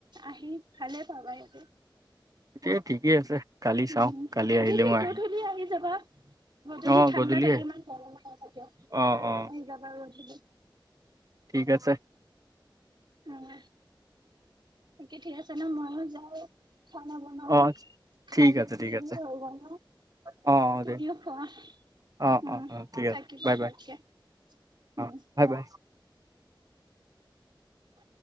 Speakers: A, on the right; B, on the right.
A: আহি ভালে পাবা ইয়াতে।
B: এতিয়া ঠিকেই আছে। কালি
A: উম
B: চাওঁ কালি
A: গধূলি
B: আহিলে মই
A: গধূলি
B: আহিম
A: আহি যাবা। গধূলি
B: অ
A: ঠাণ্ডা
B: গধূলিয়ে
A: থাকে, ইমান গৰম নাথাকে। আহি
B: অ অ
A: যাবা আৰু গধূলি
B: ঠিক আছে।
A: অহ। <unintelligible> ঠিক আছে ন মইয়ো যাওঁ। খানা বনাম,
B: অ
A: খাম
B: ঠিক আছে
A: দেখিয়েই
B: ঠিক আছে
A: হব ন?
B: অ
A: তুমিও
B: দে
A: খোৱা।
B: অ
A: উম
B: অ অ ঠিক আছে
A: থাকিব
B: বাই
A: ভালকে।
B: বাই
A: উম
B: অ বাই
A: ব
B: বাই
A: <inaudible> উ